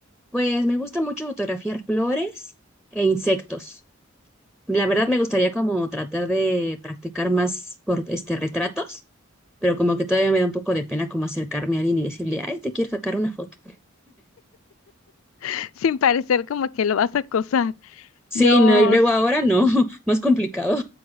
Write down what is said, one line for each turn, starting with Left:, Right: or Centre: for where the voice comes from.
Centre: Pues me gusta mucho fotografiar flores e insectos. La verdad me gustaría como tratar de practicar más por este retratos, pero como que todavía me da un poco de pena como acercarme a alguien y decirle, ay, te quiero sacar una foto.
Left: <laughs> Sin parecer como que lo vas a acosar.
Centre: Sí,
Left: No,
Centre: no, y luego ahora no, <laughs> más complicado.